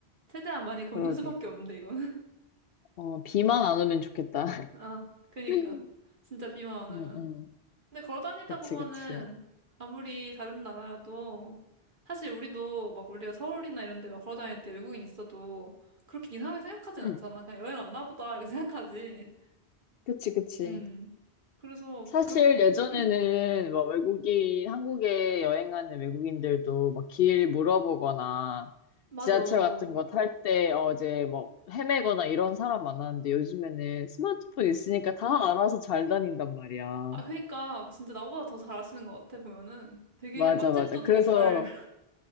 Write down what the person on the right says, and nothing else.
최대한 많이
걷는 수밖에 없는데, 이거는.
<laughs> 아, 그니까.
진짜 비만
안 오면. 근데 걸어 다니다
보면은,
아무리 다른 나라여도, 사실 우리도 막 우리가 서울이나 이런 데 막 걸어 다닐 때 외국인 있어도, 그렇게 이상하게 생각하진 않잖아.
그냥 여행 왔나 보다, 이렇게 생각하지.
음. 그래서
그러
음.
맞아.
어.
아 그러니까 진짜 나보다 더 잘 아시는 것 같아 보면은 되게
맛집도
되게 잘